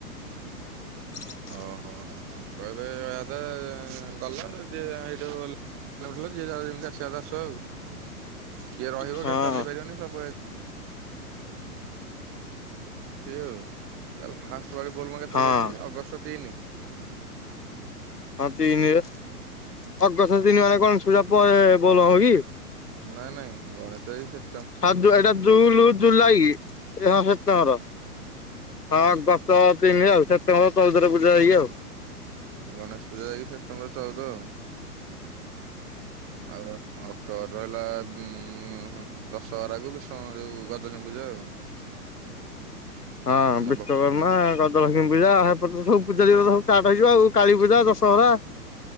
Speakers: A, on the left; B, on the right.
A: <inaudible>
B: ଓ ହୋ ଓ କହିବେ ଏହାଦେ ଯେ ଗଲ ଯେ ହେଇଠୁ ଗ ଯେ ଯେମିତି ଆସିବା କଥା ଆସିବେ ଆଉ। କିଏ ରହିବ
A: ହଁ।
B: କି ଚାଲିପାରିବନି ସଵ। <unintelligible> ତାହେଲେ ଫାଷ୍ଟ ଭ ବୋଲ କେତେ
A: ହଁ
B: ପଡୁଛି? ଅଗଷ୍ଟ ତିନି।
A: ହଁ ତିନିରେ ଅଗଷ୍ଟ ତିନି ମାନେ କଣ ଚ୍ଛୁରା ପଳେଇବେ ବୋଲବମ୍ କି?
B: ନାଇଁ ନାଇଁ ଗଣେଷ ପୂଜା ସେ
A: ହଁ ତ ଏଇଟା ଜୁଲ ଜୁଲାଇ ଏ ହଁ ସେପ୍ଟେମ୍ବର। ହଁ ଦଶ ତିନି ଆଉ ସେପ୍ଟେମ୍ବର ଚଉଦରେ ପୂଜା ଯାଇକି ଆଉ।
B: ଗଣେଶ ପୂଜା ଯାଇକି ସେପ୍ଟେମ୍ବର ଚଉଦ ଆଉ ଆଉ ଅ ତୋର ରହିଲା ଉଁ ଉଁ ଦଶହରାକୁ ବିଶ୍ୱକର୍ମା ଯୋଉ ଗଜଲକ୍ଷ୍ମୀ ପୂଜା ଆଉ।
A: ହଁ
B: ନବ
A: ବିଶ୍ୱକର୍ମା
B: ହୁଁ
A: ଗ ଲକ୍ଷ୍ମୀ ପୂଜା ହେପଟକୁ ସବୁ ପୂଜା ସବୁ ଷ୍ଟାର୍ଟ ହେଇିଯିବ ଆଉ କାଳୀ ପୂଜା ଦଶହରା।